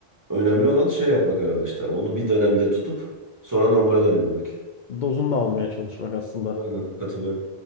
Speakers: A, on the right; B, on the left.
A: Önemli olan şey yapmak herhalde işte. Onu bir dönemde tutup sonra normale dönebilmek.
B: Dozunu da almaya çalışmak aslında.
A: Aynen katılıyorum.